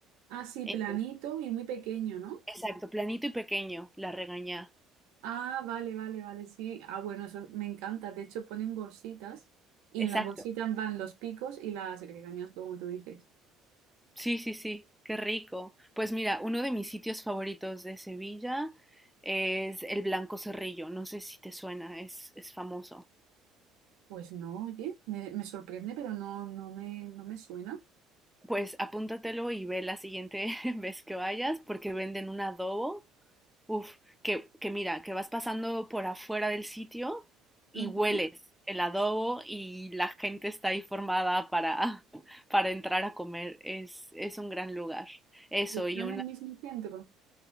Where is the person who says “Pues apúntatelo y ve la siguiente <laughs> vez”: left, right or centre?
Centre